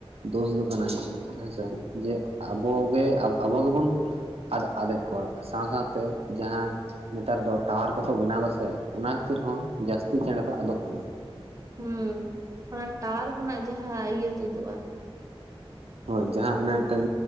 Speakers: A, on the right; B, on the right.
A: ᱫᱳᱥ ᱫᱚ ᱠᱟᱱᱟ ᱦᱮᱸᱥᱮ ᱡᱮ ᱟᱵᱚᱜᱮ ᱟᱵᱚ ᱜᱮ ᱵᱚᱱᱼᱼ ᱟᱫᱽ ᱟᱫᱽᱮᱜ ᱠᱚᱣᱟ ᱥᱟᱸᱣ ᱥᱟᱸᱣᱛᱮ ᱡᱟᱦᱟᱸ ᱱᱮᱛᱟᱨ ᱫᱚ ᱴᱟᱣᱟᱨ ᱠᱚᱠᱚ ᱵᱮᱱᱟᱣ ᱮᱫᱟ ᱥᱮ ᱚᱱᱟ ᱠᱷᱟᱹᱛᱤᱨ ᱦᱚᱸ ᱡᱟᱹᱥᱛᱤ ᱪᱮᱬᱮᱸ ᱠᱚ ᱟᱫᱚᱜ ᱠᱟᱱᱟ᱾
B: ᱦᱩᱸ ᱚᱱᱟ ᱴᱟᱣᱟᱨ ᱠᱷᱚᱱᱟᱜ ᱡᱟᱦᱟᱸ ᱤᱭᱟᱹ ᱛᱩᱫᱩᱜᱼᱟ᱾
A: ᱦᱳᱭ ᱡᱟᱦᱟᱸ ᱮ ᱢᱤᱫᱴᱮᱱ